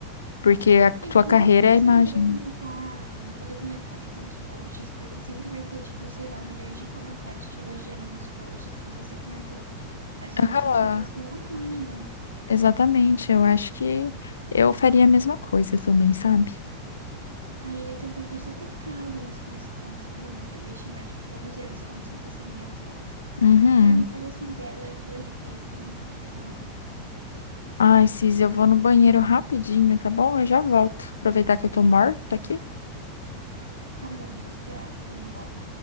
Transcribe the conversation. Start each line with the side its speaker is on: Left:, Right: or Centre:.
Left: porque a
Right: E
Left: tua
Right: t- Imagina
Left: carreira
Right: você
Left: é a imagem.
Right: não poder comentar, não poder comentar, tipo, nos posts, porque sempre vai ter, tipo, sei lá, milhões de comentários te elogiando nos posts que você comentou. Às vezes
Left: Aham,
Right: você só quer ser um anônimo.
Left: exatamente. Eu acho que eu faria a mesma coisa também, sabe?
Right: Aí eu ia ter um perfil só pra ficar olhando as coisas que falam sobre mim. Eu ia xingar, tipo, todos eles como se fosse a minha fã.
Left: Uhum.
Right: Tipo, ai, não fale assim dela, ela é perfeita, ela é impecável.
Left: Ai, Cis, eu vou no banheiro rapidinho, tá bom? Eu já volto. Aproveitar que eu tô morta aqui.
Right: Tá bom, vou esperar ser no lobby.